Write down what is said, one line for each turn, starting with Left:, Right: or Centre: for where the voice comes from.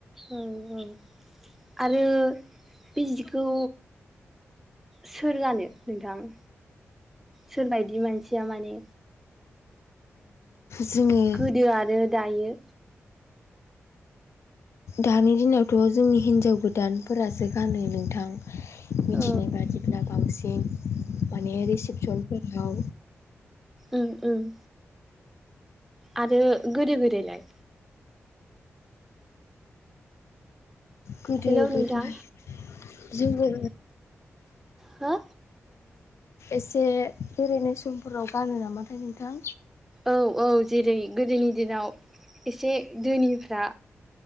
Centre: औ औ आरो बे जिखौ सोर गानो नोंथां सोरबायदि मानसिया माने
Left: जोङो
Centre: गोदो आरो दायो
Left: दानि दिनावथ' जोंनि हिनजाव गोदानफोरासो गानो नोंथां मिथिनाय
Centre: औ
Left: बादिब्ला बांसिन माने रिसिपसनफोराव
Centre: ओम ओम आरो गोदो गोदायलाय
Left: गोदो
Centre: हेलौ
Left: गोदाय
Centre: नोंथां
Left: जोङो
Centre: हो
Left: एसे बेरायनाय समफोराव गानो नामाथाय नोंथां
Centre: औ औ जेरै गोदोनि दिनाव एसे धोनिफ्रा